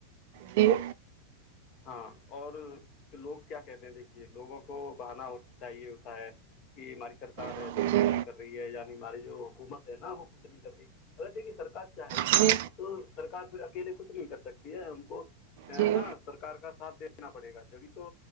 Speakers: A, on the right (about 50°); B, on the left (about 35°).
A: جی
B: ہاں اور لوگ کیا کہتے ہیں دیکھیے لوگوں کو بہانا چاہیے ہوتا ہے کہ ہماری سرکار
A: جی
B: ہے جو کچھ نہیں کر رہی ہے یعنی ہماری جو حکومت ہے نا وہ کچھ نہیں کر رہی اگر دیکھیے سرکار چاہے بھی
A: جی
B: تو سرک پھر اکیلے کچھ نہیں کر سکتی ہے ان کو نا
A: جی
B: سرار کا ساتھ دینا پڑے گا جبھی تو